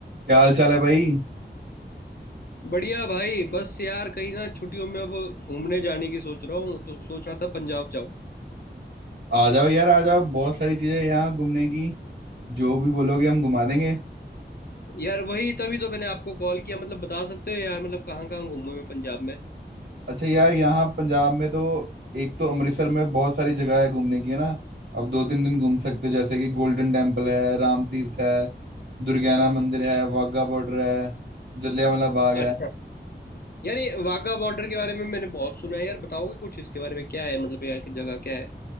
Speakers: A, on the right (about 75°); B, on the left (about 55°).
A: क्या हाल चाल है भाई
B: बढ़िया भाई बस यार कहीं ना छुट्टियों में अब घूमने जाने की सोच रहा हूँ तो सोच रहा था पंजाब जाऊँ
A: आ जाओ यार आ जाओ बहुत सारी चीजें यहाँ घूमने की जो भी बोलोगे हम घुमा देंगे
B: यार वही तभी तो मैंने आपको कॉल किया मतलब बता सकते हो यार मतलब कहाँ कहाँ घूमूं मैं पंजाब में
A: अच्छा यार यहाँ पंजाब में तो एक तो अमृतसर में बहुत सारी जगह है घूमने की है ना अब दो तीन दिन घूम सकते हो जैसे कि गोल्डन टेम्पल है राम तीर्थ है दुर्गियाना मंदिर है वाघा बॉर्डर है जलियांवाला बाग
B: अच्छा
A: है
B: यार ये वाघा बॉर्डर के बारे में मैंने बहुत सुना है यार बताओगे कुछ इसके बारे में क्या है मतलब यार की जगह क्या है